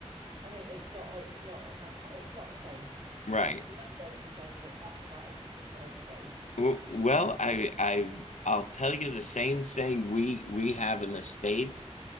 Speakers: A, on the right; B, on the left.
A: I think it's not, it's not a, it's not the same.
B: Right.
A: the logo is the same, but that's about as, as far as it goes.
B: W- Well, I I I'll tell you the same thing we we have in the States.